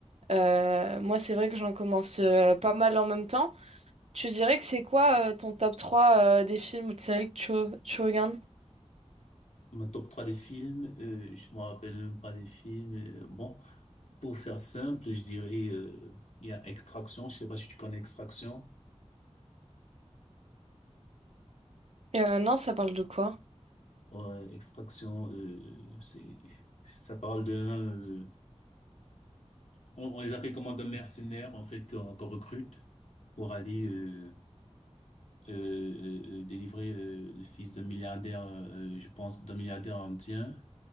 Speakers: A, on the right; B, on the left.
A: Euh, moi, c'est vrai que j'en commence euh, pas mal en même temps. Tu dirais que c'est quoi euh, ton top 3 euh, des films ou de séries que tu, tu regardes?
B: Mon top 3 des films, euh, je me rappelle même pas des films. euh, bon, pour faire simple, je dirais euh, il y a Extraction, je sais pas si tu connais Extraction.
A: Euh, non, ça parle de quoi?
B: Ouais, Extraction, euh, c'est ça parle d'un, euh, on, on les appelle comment d'un mercenaire en fait qu'on qu'on recrute pour aller euh, euh, euh, euh, délivrer euh, le fils d'un milliardaire, euh, euh, je pense, d'un milliardaire indien